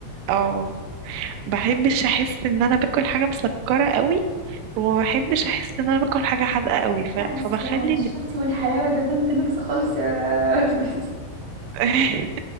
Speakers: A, on the right; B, on the right.
A: اه بحبش احس ان انا باكل حاجه مسكره قوي وما بحبش احس ان انا باكل حاجه حادقه قوي ف...
B: لا بس
A: فبخلي
B: يعني الشطي
A: ال...
B: والحلاوة ده دونت ميكس خالص يا <laughs> بس,
A: <laughs>